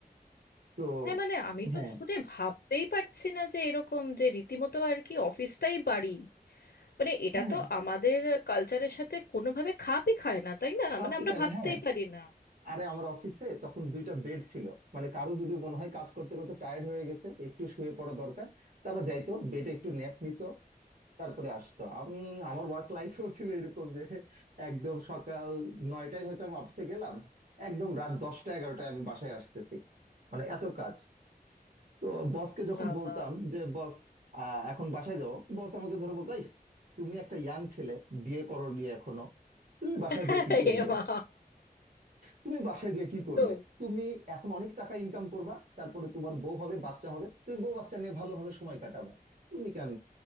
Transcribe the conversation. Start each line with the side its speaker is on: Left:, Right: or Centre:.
Right: তো
Left: হ্যাঁ মানে আমি
Right: হ্যাঁ
Left: তো শুনে ভাবতেই পারছি না যে এরকম যে রীতিমতো আর কি অফিসটাই বাড়ি মানে এটা
Right: হ্যাঁ হ্যাঁ
Left: তো আমাদের কালচারের সাথে কোনোভাবে খাপই খায় না তাই না
Right: খাপই
Left: মানে আমরা
Right: খায়
Left: ভাবতেই
Right: না হ্যাঁ
Left: পারি না
Right: আরে আমার অফিসে তখন দুইটা বেড ছিল মানে কারো যদি মনে হয় কাজ করতে করতে টায়ার্ড হয়ে গেছে একটু শুয়ে পড়া দরকার তারা যাইতো বেডে একটু ন্যাপ নিত তারপরে আসতো আমি আমার ওয়ার্ক লাইফেও <laughs> ছিল এরকম যে একদম সকাল নয়টায় হয়তো আমি অফিসে গেলাম একদম রাত দশটা এগারোটায় আমি বাসায় আসতেছি মানে এত কাজ তো বসকে যখন
Left: বাবা
Right: বলতাম যে বস আহ এখন বাসায় যাও বস আমাকে ধরে বলতো "এই, তুমি একটা ইয়াং ছেলে বিয়ে করোনি এখনো তুমি বাসায়
Left: <laughs>
Right: যেয়ে কি করবে
Left: এ মা!
Right: তুমি বাসায় গিয়ে কি করবে
Left: তো
Right: তুমি এখন অনেক টাকা ইনকাম করবা তারপরে তোমার বউ হবে বাচ্চা হবে তুমি বউ বাচ্চা নিয়ে ভালোভাবে সময় কাটাবা তুমি কেন